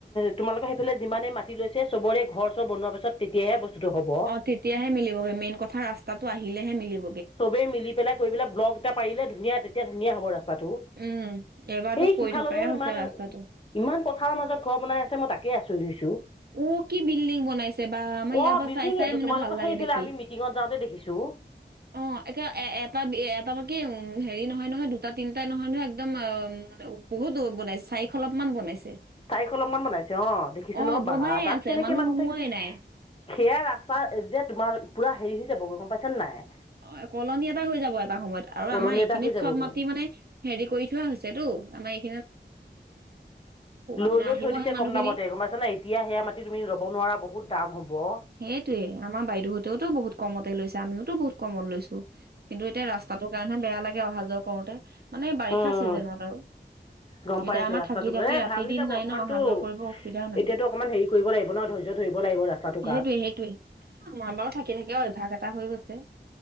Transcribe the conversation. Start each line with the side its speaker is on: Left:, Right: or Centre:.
Left: তোমালোকৰ ফালে যিমানে মাতি লৈছে চবৰে ঘৰ চৰ বনোৱাৰ পিছত তেতিয়াহে বস্তুটো হ'ব
Right: অ তেতিয়াহে মিলিবগৈ মেইন কথা ৰাস্তাটো আহিলেহে মিলিব
Left: চবেই মিলি পেলাই কৰি পেলাই ব্লক এটা পাৰিলে ধুনীয়া তেতিয়া ধুনীয়া হ'ব ৰাস্তাটো
Right: উম এবাৰতো
Left: সেই
Right: কৈ
Left: সিফাললৈও
Right: থকাই হৈছে
Left: ইমান
Right: ৰাস্তাটো
Left: ইমান পথাৰৰ মাজত ঘৰ বনাই আছে মই তাকে আচৰিত হৈছো
Right: ও কি বিল্ডিং বনাইছে বা আমাৰ
Left: অ'
Right: ইয়াৰ পৰা
Left: বিল্ডিং
Right: চাই চাই
Left: এইটো
Right: মানে
Left: তোমালোকৰ
Right: ভাল লাগে
Left: সেইফালে
Right: দেখি
Left: আমি মিটিঙত যাওঁতে দেখিছোঁ
Right: অ এতিয়া এ এটা এটা বাকি উম হেৰি নহয় নহয় দুটা তিনিটা নহয় নহয় একদম অ বহুত? কত বনাইছে চাৰিশ অলপমান বনাইছে
Left: চাৰিশ ল মমান বনাইছে অ দেখিছো
Right: অ
Left: নহয়
Right: বনায়ে
Left: ব তাত
Right: আছে
Left: কেনেকে মানুহ
Right: সোমোৱাই
Left: থাকিব?
Right: নাই
Left: সেয়াই ৰাস্তা যে তোমাৰ পুৰা হেৰি হৈ যাব গৈ গম পাইছ নে নাই
Right: অ কলনি এটা হৈ যাব এটা সময়ত আৰু
Left: কলনি
Right: আমাৰ এইখিনিত
Left: এটা হৈ যাবগৈ
Right: চব মাটি মানে হেৰি কৰি থোৱা হৈছেতো আমাৰ এই
Left: লৈ-লৈ
Right: মানে আহিবহে
Left: থৈ দিছে
Right: মানুহখিনি
Left: কম দামতে গম পাইছ না এতিয়া সেয়া মাটি তুমি ল'ব নোৱাৰা বহুত দাম হ'ব অ'
Right: সেইটোৱে আমাৰ বাইদেউঁতেওতো বহুত কমতে লৈছে আমিওতো বহুত কমত লৈছো। কিন্তু এতিয়া ৰাস্তাটোৰ কাৰণেহে বেয়া লাগে অহা যোৱা কৰোতে মানে বাৰিষা
Left: উম
Right: চিজনেত আৰু
Left: গম
Right: এতিয়া
Left: পাইছো
Right: আমাৰ
Left: ৰাস্তাতোকে
Right: থাকি থাকি
Left: এ
Right: ৰাতি
Left: ভাল হৈ
Right: দিন
Left: যাব
Right: নাই
Left: অকনমানতো
Right: ন অহা যোৱা কৰিব অসুবিধাও নাই
Left: এতিয়াতো অকনমান হেৰি কৰিব লাগিব ন ধৰি, ধৰিব লাগিব ৰাস্তাটো
Right: সেইটোৱে সেইটোৱে আমাৰ বাৰু থাকি থাকি অ অভ্যাস এটা হৈ গৈছে।